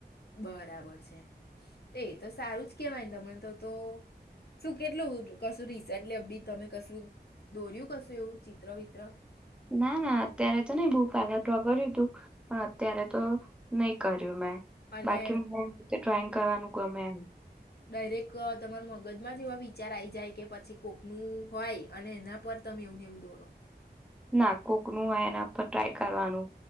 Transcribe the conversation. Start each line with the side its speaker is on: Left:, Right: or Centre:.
Left: બરાબર છે તો એ તો સારું જ કેવાયને તમને તો તો શું કેટલું કશું રિસેન્ટલી અપડીટ તમે કશું દોર્યું કશું એવું ચિત્ર વિિત્ર
Centre: ના ના અત્યારે તો નહી બહ પહેલા ધો કર્યું તું પણ અત્યારે તો નહી કર
Left: અને
Centre: બાકી ડ્રોઈંગ કરવાનું ગમે એમ
Left: ડાયરેક્ટ તમાર મગજમાં જ એવા વિચાર આ આવી જાય કે પછી કોકનું હોય અને એના પર તમે એવુંને એવું દોરો
Centre: ના કોકનું હોય એના પર ટ્રાય કરવાનું.